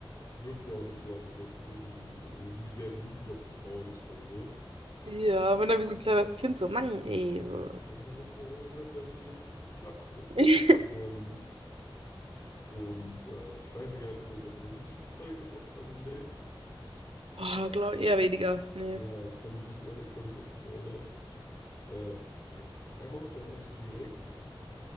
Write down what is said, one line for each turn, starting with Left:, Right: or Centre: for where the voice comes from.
Left: wirkt ja auch nicht so, als ob er irgendwie so wie sehr wütend auf die Frauen ist oder so.
Right: Ja, wenn er wie so ein kleines Kind so, Mann, ey, so.
Left: Ja, warum, warum hat das denn jetzt nicht geklappt?
Right: <laughs>
Left: Ähm, und äh, ich weiß ja gar nicht, ob er so Einsicht gezeigt hat oft bei den Dates.
Right: Boah, glaube eher weniger. Nee.
Left: Ja, ich kann mich nicht, erinn- ich kann mich echt nicht erinnern. Äh, ein, einmal hat er auch so direkt